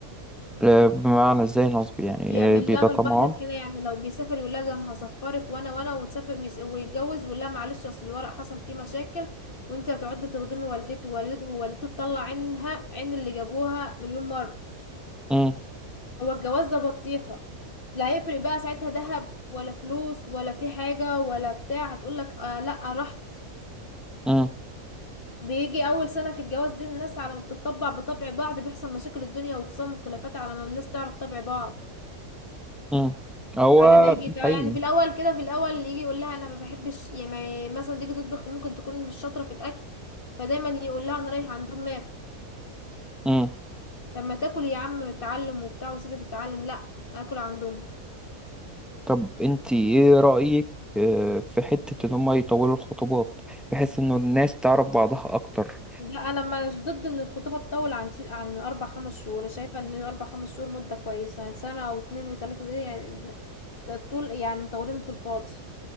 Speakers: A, in the centre; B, on the left.
A: آه، بمعنى ازاي نصب يعني
B: يعمل
A: آه، بيبقى
B: لها من
A: طمعان
B: البحر طحينة يعني لو بيسافر يقول لها ده انا هسفرك وانا وانا وتسافر ويس- ويتجوز ويقول لها معلش اصل الورق حصل فيه مشاكل وانت هتقعدي تخدمي والدته ووالدته ووالدته تطلع عينها عين اللي جابوها مليون مرة
A: امم
B: هو الجواز ده بطيخة لا هيفرق بقى ساعتها ذهب ولا فلوس ولا في حاجة ولا بتاع هتقول لك آه لا رحت
A: امم
B: بيجي اول سنة في الجواز دي الناس على ما بتطبع بطبع بعض بيحصل مشاكل الدنيا وخصام وخلافات على ما الناس تعرف طبع بعض
A: امم هو
B: على ما يجي تع-
A: حقيقي
B: يعني في الاول كده في الاول يجي يقول لها انا ما بحبش يعني ما- مثلا تيجي تطبخ ممكن تكون مش شاطره في الاكل فدايما يقول لها انا رايح عندهم ماكل
A: مم.
B: طب ما تاكل يا عم اتعلم وبتاع وسيده تتعلم لا اكل عندهم
A: طب انت ايه رأيك آه، في حتة ان هما يطولوا الخطوبات بحيث انه الناس تعرف بعضها اكتر
B: لا انا مش ضد ان الخطوبه تطول عن س- عن اربع خمس شهور أنا شايفه ان اربع خمس شهور مده كويسه يعني سنه او اتنين وتلاته دي يعني ت- طول يعني مطولين في الفاضي